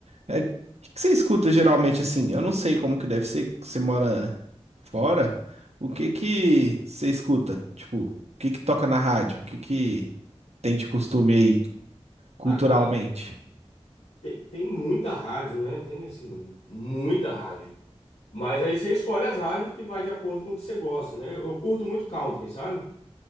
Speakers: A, on the right; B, on the left.
A: É, o que que você escuta geralmente assim? Eu não sei como que deve ser que você mora fora. O que que você escuta? Tipo, o que que toca na rádio? O que que tem de costume aí culturalmente?
B: Ah, cara, tem, tem muita rádio, né? Tem, assim, muita rádio. Mas aí você escolhe as rádios que vai de acordo com o que você gosta, né? Eu, eu curto muito country, sabe?